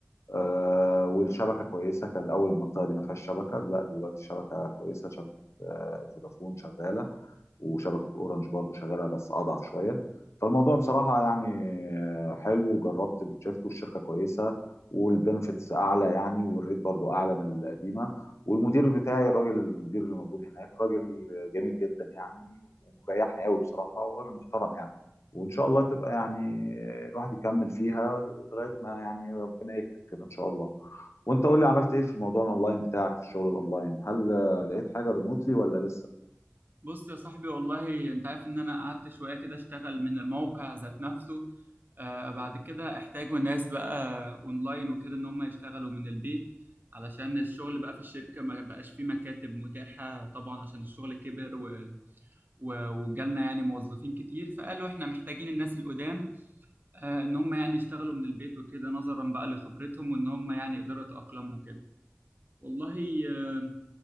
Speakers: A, on the left; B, on the right.
A: آه والشبكه كويسه كان الاول المنطقه دي ما فيهاش شبكه لا دلوقتي الشبكه كويسه شبكه آه فودافون شغاله وشبكه اورنج برضو شغاله بس اضعف شويه فالموضوع بصراحه يعني حلو وجربت الشيفت والشركه كويسه والبنفيتس اعلى يعني والريت برضو اعلى من القديمه والمدير بتاعي الراجل المدير اللي موجود هناك راجل جميل جدا يعني ومريحني قوي بصراحه وراجل محترم يعني وان شاء الله تبقى يعني الواحد يكمل فيها لغايه ما يعني ربنا يكرم كده ان شاء الله وانت قول لي عملت ايه في الموضوع الاونلاين بتاعك في الشغل الاونلاين هل آه، لقيت حاجه ريموتلي ولا لسه
B: بص يا صاحبي والله انت عارف ان انا قعدت شوية كده اشتغل من الموقع ذات نفسه آه بعد كده احتاجوا ناس بقى اونلاين وكده ان هم يشتغلوا من البيت علشان الشغل بقى في الشركة ما بقاش فيه مكاتب متاحة طبعا عشان الشغل كبر و- وجالنا يعني موظفين كتير فقالوا احنا محتاجين الناس القدام آه، ان هم يعني يشتغلوا من البيت وكده نظرا بقى لخبرتهم وان هم يعني يقدروا يتأقلموا وكده والله آه،